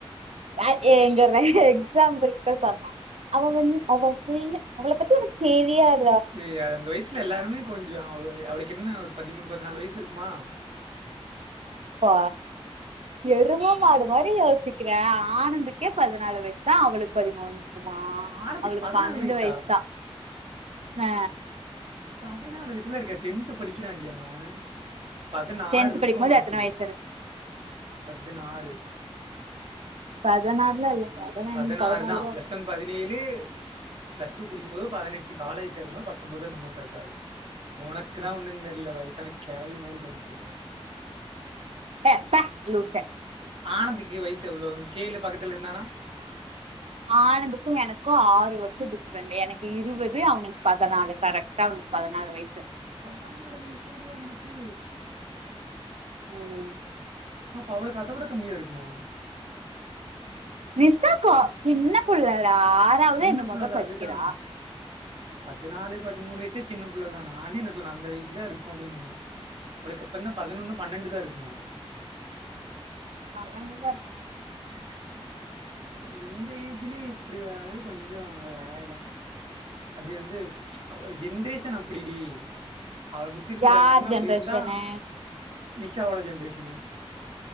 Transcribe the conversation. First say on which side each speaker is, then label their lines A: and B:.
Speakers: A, on the right; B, on the right.
A: யார் ஏ எங்க ர எக்ஸாபுள்க் தா சொன்ன அவ வந் அவ செய்ல அவள பத்தி உனக்கு தெரியாது
B: யேய அந்த வயசுல எல்லாருமே கொஞ்சோ அவ அவளுக்கு என்ன ஒரு பதிமூணு பதினாலு வயசு இருக் ம்மா
A: பா எரும மாடு மாரி யோசிக்கிற ஆனந்துக்கே பதினாலு வயசுதா அவளுக்கு பதிமூணு மா
B: ஆனதுக்கு
A: அவளுக்கு பனெண்டு
B: வயசா?
A: வயசுதா ஆ
B: பதினாலு வயசுல இருக்க டென்த் படிக்கிறாண்டி அவ பதினாறு
A: டென்த்
B: இருக்கு
A: படிக்கும்
B: அவனுக்கு
A: போது எத்தனை வயசு இருக்கு
B: பதினாறு
A: பதனாறுல்லா இல்ல பதினஞ்சு
B: பதினாறுதா
A: பதினாலு தான்
B: பிளஸ் ஒன் பதினேழு பிளஸ் டூ புடிக்கு போது பதினெட்டு காலேஜ் சேரும்போ பத்தொம்போதோ என்னமோ கரெக்டா இருக்கு உனக்குதா ஒன்னு தெரில வயசான கெளவி மாரி சொல்லிட்டு இருக்க
A: ஏ பே லுசே
B: ஆனந்க் கே வயசு எவ்ளோ கேளு பக்கத்துல இருந்தானா.
A: ஆனந்துக்கு எனக்கு ஆறு வருஷோ டிஃரெண்ட் எனக்கு இருபது அவனுக்கு பதினாலு கரெக்டா அவனுக்கு பதினாலு வயசு
B: பதனாலு வயசாடி அவனுக்கு
A: ம்
B: அப்ப அவளக்கு அத விட கம்மியா இருக்குமா
A: நிசாக்கா சின்ன புள்ள தா ஆறாதா
B: சின்ன
A: என்னமோதா
B: புள்ள தான்
A: படிக்கிறா
B: அதுதான். பதினாலு பதிமூணு வயசு சின்ன புள்ளதா நானே என்ன சொன்ன அந்த ஏஜ் தா இருக்கு அப்பிடின்னு அவளுக்கு கப்புனா பதினொன்னு பண்னெண்டுதா இருக்குமா.
A: பன்னென்டுதாருக்கு.
B: ம். இந்த ஏஜ்லே இப்பிடியா. து கொஞ்சோ ஒரு ஆழதா அது வந்து ஒரு ஜென்ரேஷன் அப்பிடி டி. அவள சுத்தி இருக்குற
A: யார்
B: எல்லாருமே அப்பிடி
A: ஜென்ரேஷனு
B: இருந்தா. நிஷாவோட ஜென்ரேஷனு.